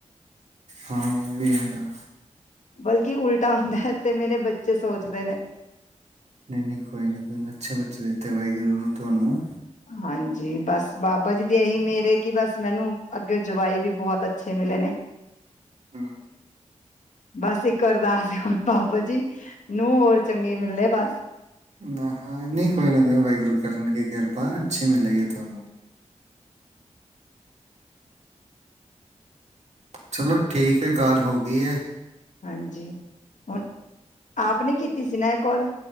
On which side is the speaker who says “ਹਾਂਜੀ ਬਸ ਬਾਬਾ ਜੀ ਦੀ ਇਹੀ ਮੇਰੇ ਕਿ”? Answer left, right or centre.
Left